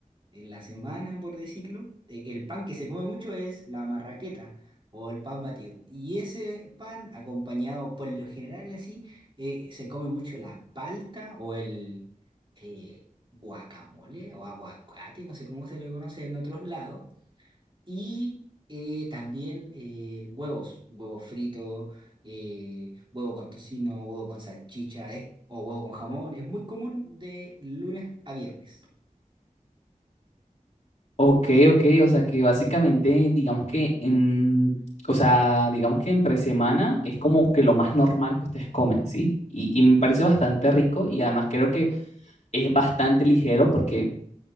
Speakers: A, on the right; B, on the left.
A: en la semana, por decirlo, e- el pan que se come mucho es la marraqueta o el pan batido. Y ese pan, acompañado por lo general así, eh, se come mucho la palta o el eh, guacamole o aguacate, no sé cómo se le conoce en otros lados. Y eh, también eh, huevos, huevos fritos, eh, huevo con tocino, huevo con salchicha, es- o huevo con jamón. Es muy común de lunes a viernes.
B: Ok, ok, o sea que básicamente digamos que en, o sea, digamos que entre semana es como que lo más normal que ustedes comen, ¿sí? Y, y me parece bastante rico y además creo que es bastante ligero porque,